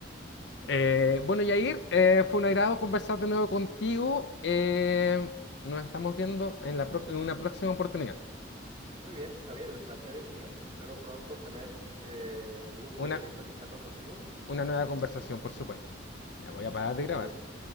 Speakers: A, on the left; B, on the right.
A: Eh, bueno, Yair, eh, fue un agrado conversar de nuevo contigo. Eh, nos estamos viendo en, la pro- en una
B: El-
A: próxima oportunidad.
B: Muy bien, Javier, el placer es mío. Espero pronto tener eh, el gusto
A: Una,
B: de seguir platicando contigo.
A: una nueva conversación,
B: Cuídate
A: por
B: mucho.
A: supuesto. Ya voy a parar de grabar.
B: Muy bien,